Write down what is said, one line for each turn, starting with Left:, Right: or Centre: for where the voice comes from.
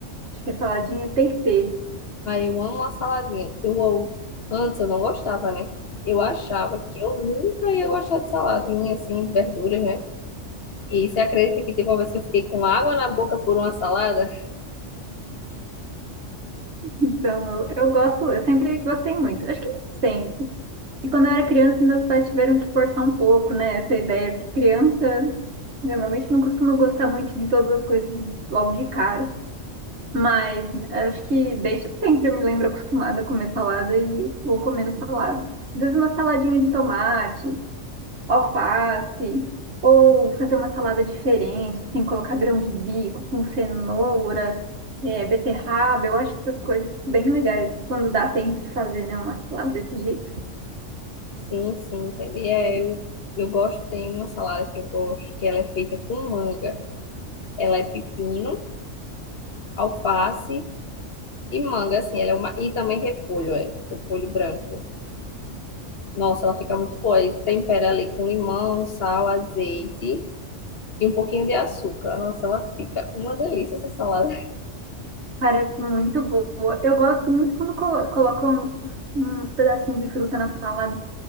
Right: Acho que a saladinha tem que ter.
Left: Mas eu amo uma saladinha. Eu, eu- antes eu não gostava, né? Eu achava que eu nunca ia gostar de saladinha, assim, de verduras, né? E você acredita que teve uma vez que eu fiquei com água na boca por uma salada?
Right: Então, eu, eu gosto, eu sempre gostei muito. Acho que não sempre. E quando eu era criança, meus pais tiveram que forçar um pouco, né? Essa ideia, porque criança normalmente não costuma gostar muito de todas as coisas logo de cara. Mas acho que desde sempre eu me lembro acostumada a comer salada e vou comendo salada. Às vezes uma saladinha de tomate, alface, ou fazer uma salada diferente, assim, colocar grão de bico com cenoura, é, beterraba. Eu acho essas coisas bem legais quando dá tempo de fazer, né, uma salada desse jeito.
Left: Sim, sim, entendi. É, eu, eu gosto, tem uma salada que eu gosto, que ela é feita com manga. Ela é pepino, alface e manga, assim, ela é uma, e também repolho, é, repolho branco. Nossa, ela fica muito boa. E tempera ali com limão, sal, azeite e um pouquinho de açúcar. Nossa, ela fica uma delícia essa salada. <laughs>
Right: Parece muito boa. Eu gosto muito quando colo- colocam uns pedacinhos de fruta na salada.